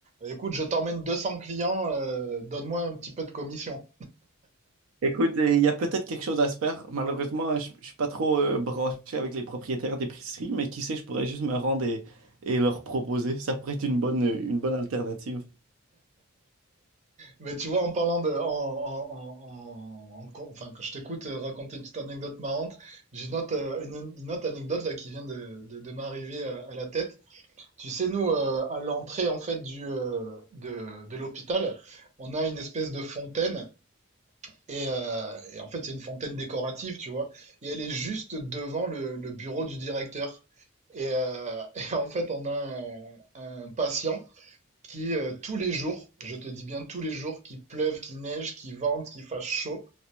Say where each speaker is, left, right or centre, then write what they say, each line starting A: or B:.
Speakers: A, on the right; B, on the right.
A: écoute, je t'emmène 200 clients, euh, donne-moi un petit peu de commission.
B: Écoute, euh, il y a peut-être quelque chose à se faire. Malheureusement, je, je suis pas trop euh, branché avec les propriétaires d'épicerie, mais qui sait, je pourrais juste me rendre et, et leur proposer. Ça pourrait être une bonne, une bonne alternative.
A: Mais tu vois, en parlant de, en, en- en- en- en- enfin, quand je t'écoute euh, raconter une petite anecdote marrante, j'ai une autre, euh, une, une autre anecdote là qui vient de, de, de m'arriver à, à la tête. Tu sais, nous, euh, à l'entrée en fait du, euh, de, de l'hôpital, on a une espèce de fontaine et, euh, et en fait c'est une fontaine décorative, tu vois, et elle est juste devant le, le bureau du directeur. Et, euh, <laughs> et en fait, on a un, un patient qui euh, tous les jours, je te dis bien tous les jours, qu'il pleuve, qu'il neige, qu'il vente, qu'il fasse chaud,